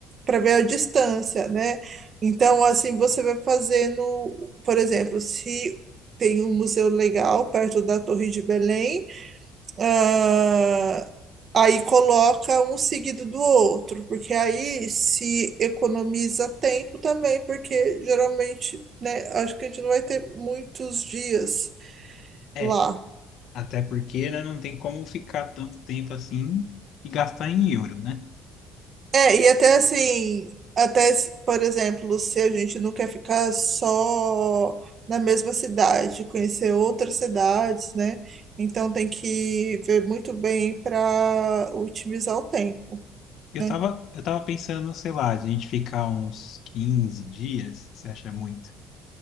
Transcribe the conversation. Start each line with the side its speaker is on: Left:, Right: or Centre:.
Right: para ver a distância, né? Então, assim, você vai fazendo, por exemplo, se tem um museu legal perto da Torre de Belém, ah, aí coloca um seguido do outro, porque aí se economiza tempo também, porque geralmente, né, acho que a gente não vai ter muitos dias
Left: É,
Right: lá.
Left: até porque, né, não tem como ficar tanto tempo assim e gastar em euro, né?
Right: É, e até assim, até, s- por exemplo, se a gente não quer ficar só na mesma cidade, conhecer outras cidades, né? Então tem que ver muito bem para otimizar o tempo,
Left: Eu
Right: né?
Left: tava, eu tava pensando, sei lá, de a gente ficar uns 15 dias, você acha muito?